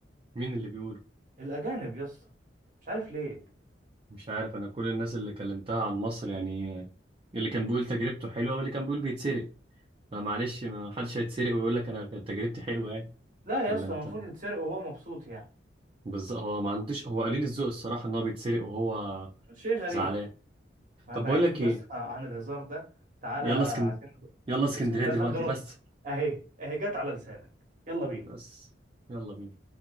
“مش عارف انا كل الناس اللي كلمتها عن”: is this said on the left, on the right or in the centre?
Right